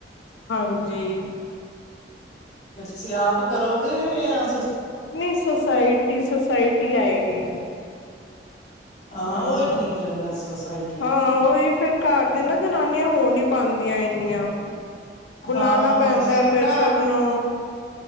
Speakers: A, on the left; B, on the left.
A: ਹਾਂਜੀ
B: ਤੇ ਤੁਸੀਂ ਆਪ ਹੀ ਕਰੋਗੇ ਯਾ
A: ਪਲੀਜ ਸੋਸਾਇਟੀ ਸੋਸਾਇਟੀ ਆਏਗੀ
B: ਹਾਂ
A: ਹਾ
B: ਉਹੀ ਠੀਕ ਰਹਿੰਦਾ ਸੁਸਾਇਟੀ।
A: ਹਾ ਉਹੀ ਫਿਰ ਘਰ ਦੀ ਨਾ ਜਨਾਨੀ ਆ ਉਹ ਨਹੀਂ ਆਉਂਦੀਆਂ ਇਨੀਆਂ ਕੋਲਾਨਾ
B: ਹਾਂ
A: ਪੈਂਦਾ
B: ਨਾ
A: ਫਿਰ ਸਭ ਨੂੰ